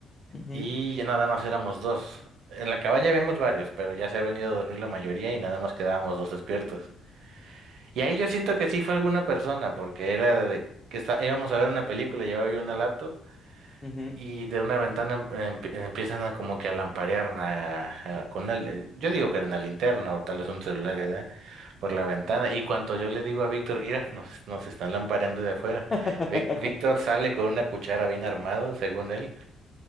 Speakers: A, on the left; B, on the right.
A: Ujú,
B: Y ya nada más éramos dos. En la cabaña habíamos varios, pero ya se ha venido a dormir la mayoría y nada más quedábamos dos despiertos. Y ahí yo siento que sí fue alguna persona, porque era de que está, íbamos a ver una película, llevaba yo una laptop
A: ujú.
B: y de una ventana em- em- empiezan a como que a lamparear a- a- con una, li- yo digo que era una linterna o tal vez un celular, ¿verdad? Por la ventana. Y en cuanto yo le digo a Víctor, mira, nos, nos están lampareando de afuera.
A: <laughs>
B: Ví- Víctor sale con una cuchara bien armado, según él.